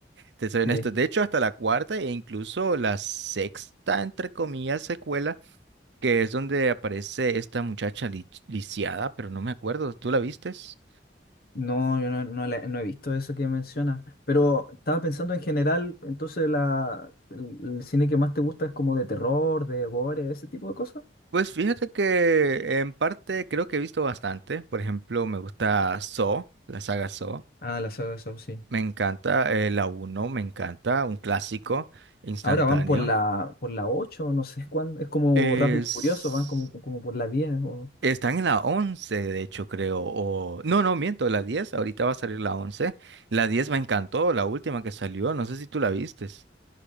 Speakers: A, on the right (about 70°); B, on the left (about 55°).
A: Te soy honesto.
B: sí.
A: De hecho, hasta la cuarta e incluso la sexta, entre comillas, secuela, que es donde aparece esta muchacha li- lisiada, pero no me acuerdo. ¿Tú la vistes?
B: No, yo no, no, la- no he visto eso que mencionas, pero estaba pensando en general, entonces la, el, el cine que más te gusta es como de terror, de gore, ese tipo de cosas.
A: Pues fíjate que en parte creo que he visto bastante. Por ejemplo, me gusta Saw, la saga Saw.
B: Ah, la saga de Saw, sí.
A: Me encanta eh, la uno me encanta, un clásico instantáneo.
B: Ahora van por la, por la 8, no sé cuándo, es como
A: Es.
B: Rápido y Furioso, van como, como por la 10 o-
A: Están en la 11, de hecho, creo. O... No, no, miento, la diez, Ahorita va a salir la once, La 10 me encantó, la última que salió. No sé si tú la vistes.